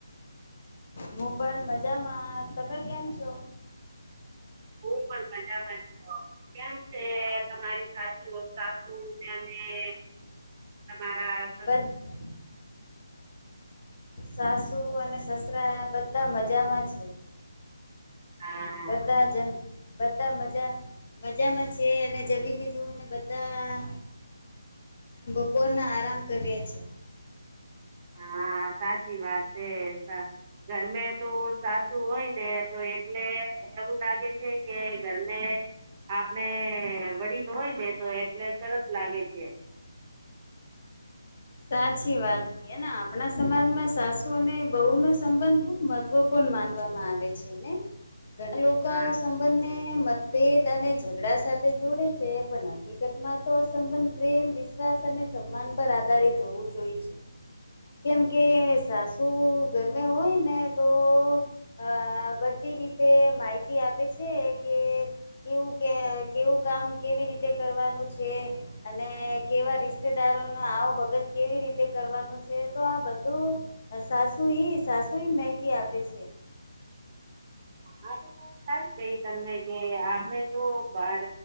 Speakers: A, on the left; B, on the right.
A: હું પણ મજામાં તમે કેમ છો?
B: હું પણ મજામાં. કેમ છે? તમારી સાચું સાસું તેને. તમારા.
A: બદ સાસુ અને સસરા બધા મજામાં છે.
B: હા
A: બધા જમ બધા મજા મજામાં છે. અને જમી લીધું અને બધા બપોરના આરામ કરીએ છે.
B: હા સાચી વાત છે ઘરમે તો સાસુ હોય ને તો એટલે એવું લાગે છે કે ઘરમે આપણે વડીલ હોય ને તો એટલે સરસ લાગે છે
A: સાચી વાત કેને આપણા સમાજમાં સાસુ અને બહુ નો સંબંધ ખુબ મહત્વપૂર્ણ માનવામાં આવે છે ને ઘણા લોકો
B: હા
A: સંબંધને મત વેદ અને ઝઘડા સાથે જોડે છે પણ હકીકત માં તો અસંબંધ પ્રેમ વિશ્વાસ અને સન્માન પર આધારિત હોવું જોઈએ છે કેમ કે સાસુ ગરમે હોય ને તો અ બધી રીતે માહિતી આપે છે કે કેવું કે કેવું કામ કેવી રીતે કરવાનું છે અને કેવા રિશ્તેદારો ન આવો ભગત કેવી રીતે કરવાનું છે તો આ બધું સાસુ સાસુ માહિતી આપે છે
B: આ તો વાત સારી કઈ તમને કે આપણે જો બાર